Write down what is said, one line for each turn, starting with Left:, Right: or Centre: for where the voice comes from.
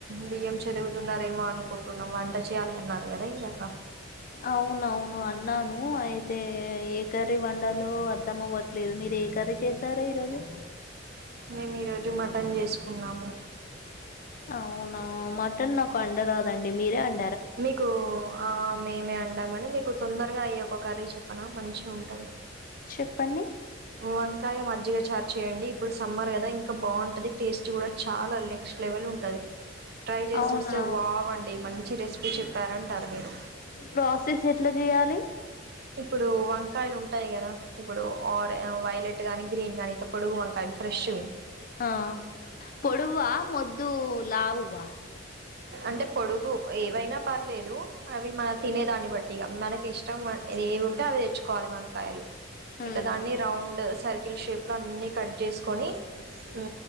Right: బియ్యం చెరుగుతున్నారేమో అనుకుంటున్నం వంట చేయ్యాలి అన్నారు గదా ఇందాక
Left: అవునవును అన్నాను అయితే ఏ కర్రీ వండాలో అర్ధమవ్వట్లేదు మీరు ఏ కర్రీ చేసారు ఈరోజు
Right: మేమీరోజు మటన్ జేసుకున్నాము
Left: అవునా మటన్ నాకు అండరాదండి మీరే అం
Right: మీకూ ఆ మేమే అ దామని మీకు తొందరగా అయ్యే ఒక కర్రీ చెప్పన మంచిగుంటది
Left: చెప్పండి
Right: వంకాయ మజ్జిగ చార్ చేయయండి ఇప్పుడు సమ్మర్ గద ఇంక బావుంటది టేస్ట్ గుడా చాల నెక్స్ట్ లెవెల్ ఉంటది ట్రై జేస్చూస్తే
Left: అవునా
Right: వావ్ అండి మంచి రెసిపీ చెప్పారంటారు మీరు
Left: ప్రాసెస్ ఎట్ల జేయాలి
Right: ఇప్పుడూ వంకాయలుంటాయి గదా ఇప్పుడు ఆరె ఆ వైలెట్ ట్ గాని గ్రీన్ గాని ఇట్ల పొడగు వంకాయలు ఫ్రెష్ వి
Left: ఆ పొడువా మొద్దూ లావువా
Right: అంటె పొడుగు ఏవైనా పర్లేదూ అవి మన తినే దాన్ని బట్టిగ మనకిష్టం వ ఏవుంటే అవి తెచ్చుకోవాలి వంకాయలు
Left: హ్మ్
Right: ఇట్ల దాన్ని రౌండ్ సర్కిల్ షేప్ లో అన్ని కట్ జేసుకొని ఊ